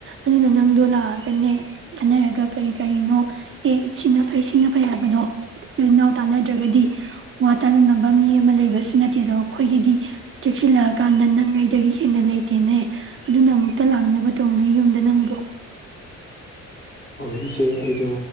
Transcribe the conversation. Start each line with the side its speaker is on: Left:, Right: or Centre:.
Right: ꯑꯗꯨꯅ ꯅꯪꯗꯣ ꯂꯥꯛꯑꯒꯅꯦ ꯈꯟꯅꯔꯒ ꯀꯔꯤ ꯀꯔꯤꯅꯣ ꯑꯦ ꯁꯤꯅ ꯐꯩ ꯁꯤꯅ ꯐꯩ ꯍꯥꯏꯕꯗꯣ ꯏꯆꯤꯜ ꯏꯅꯥꯎ ꯇꯥꯟꯅꯗ꯭ꯔꯒꯗꯤ ꯋꯥ ꯇꯥꯅꯅꯕ ꯃꯤ ꯑꯃ ꯂꯩꯕꯁꯨ ꯅꯠꯇꯦ ꯑꯗꯣ ꯑꯩꯈꯣꯏꯒꯤꯗꯤ ꯆꯦꯛꯁꯤꯜꯂꯛꯑꯀꯥꯟꯗ ꯅꯪ ꯑꯩꯗꯒꯤ ꯍꯦꯟꯅ ꯂꯩꯇꯦꯅꯦ ꯑꯗꯨꯅ ꯑꯃꯨꯛꯇ ꯂꯥꯡꯅꯕ ꯇꯧꯅꯤ ꯌꯨꯝꯗ ꯅꯪꯕꯣ
Left: ꯍꯣꯏ ꯏꯆꯦ ꯑꯩꯗꯣ